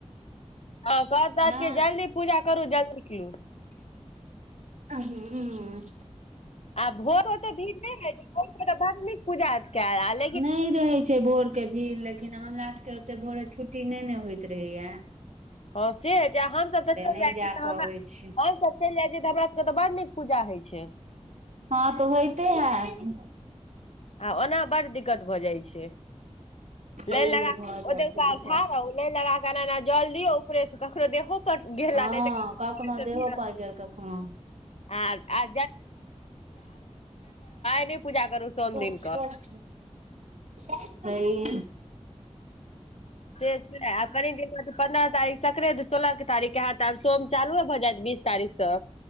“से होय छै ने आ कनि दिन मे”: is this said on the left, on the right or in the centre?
Left